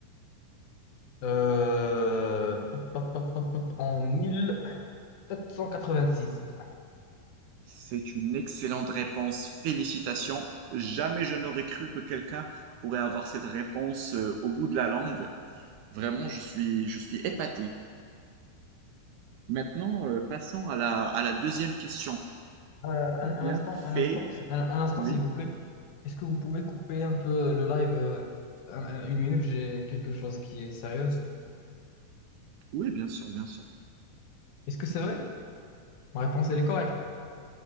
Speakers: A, on the left; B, on the right.
A: Euh, pop, pop, pop, pop, pop, en 1786.
B: C'est une excellente réponse, félicitations. Jamais je n'aurais cru que quelqu'un pourrait avoir cette réponse euh, au bout de la langue. Vraiment, je suis, je suis épaté. Maintenant, euh, passons à la, à la deuxième question.
A: Euh, un,
B: Combien
A: un instant,
B: fait...
A: un instant, un, un instant,
B: Oui,
A: s'il vous plaît. Est-ce que vous pouvez couper un peu le live euh, un- un- une minute? J'ai quelque chose qui est sérieuse.
B: oui, bien sûr, bien sûr.
A: Est-ce que c'est vrai? Ma réponse, elle est correcte.